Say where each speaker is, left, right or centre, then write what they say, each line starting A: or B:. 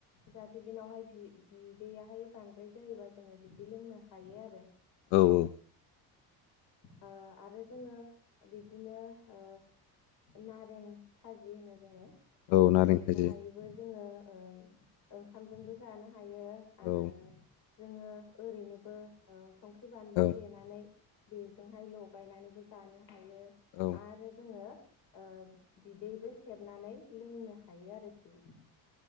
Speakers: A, on the left; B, on the left.
A: जाहाथे बेनावहाय बि बिदैयहाय बांद्राय जायोबा जोङो बिदि लोंनो हायो आरो
B: औ औ
A: ओ आरो जोङो बिदिनो ओ नारें खाजि होनो जोङो
B: औ
A: ओ
B: नारें
A: बेखौहायबो
B: खाजि
A: जोङो ओ ओंखामजोंबो जानो हायो आरो
B: औ
A: जोङो ओरैनोबो ओ संख्रि, बानलु
B: औ
A: देनानै बेजोंहाय लगायनानैबो जानो हायो
B: औ
A: आरो जोङो ओ बिदैबो सेबनानै लोंनो हायो आरोखि